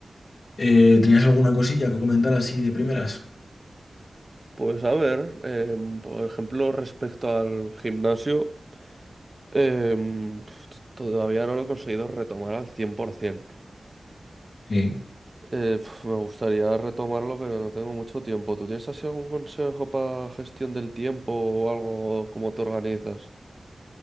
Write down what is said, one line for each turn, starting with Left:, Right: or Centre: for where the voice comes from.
Left: Eh, ¿tenías alguna cosilla que comentar así de primeras?
Right: Pues a ver, em, por ejemplo, respecto al gimnasio, em, pf, todavía no lo he conseguido retomar al 100%.
Left: Sí,
Right: Eh, pf, me gustaría retomarlo, pero no tengo mucho tiempo. ¿Tú tienes así algún consejo para gestión del tiempo o algo, cómo te organizas?